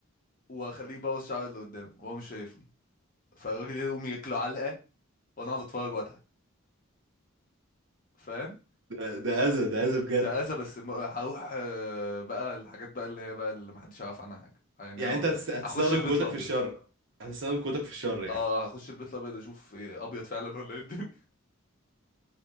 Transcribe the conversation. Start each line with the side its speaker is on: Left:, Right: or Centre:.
Left: واخليه يبوظ شعري اللي قدامه وهو مش شايفني فالراجل يقوم ياكله علقه وانا اقعد اتفرج واضحك فاهم
Right: ده ده اذى ده اذى بجد
Left: ده اذى بس م- هروح آه، بقى الحاجات بقى اللي هي بقى اللي محدش يعرف عنها حاجه يعني
Right: يعني
Left: هروح
Right: انت هتست- هتستخدم
Left: هخش البيت
Right: قوتك
Left: الابيض
Right: في الشر هتستخدم قوتك في الشر يعني
Left: اه هخش البيت الابيض اشوف إيه، ابيض فعلا ولا ايه الدنيا